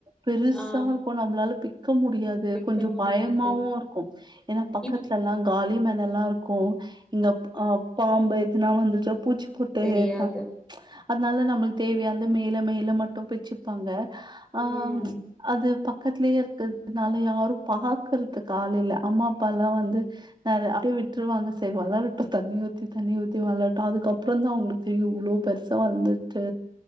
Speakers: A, on the right; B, in the centre.
A: பெருசா
B: ஆ
A: இருக்கு நம்மளால பிக் க்க முடியாது
B: விக்க
A: கொஞ்சொ
B: முடியாது
A: பயமாவு இருக்கு ஏனா பக்கத்துலல்லா
B: இப்
A: காலி மெணலா இருக்கு இங்கப் ஆ பாம்பு எதுனா வந்துச்சா பூச்சிபொட்டு
B: தெரியாது
A: எதுனா அதுனால நம்ளுக் தேவையானது மேல மேல மட்டு பிச்சுப்பாங்க ஆங்
B: ம் ம்
A: அது ப பக்கத்துலியே இருக்கறதுனால யாரும் பாக்கறதுக் ஆளில்ல அம்மா அப்பாலா வந்து நெற அப்டியே விட் ட்டுருவாங்க செரி வளரட்டு தண்ணி ஊத்தி தண்ணி ஊத்தி வளரட்டு அதுக்கப்புறந்தா அவங்களுக் தெரியு இவ்ளோ பெருசா வளந்து த்து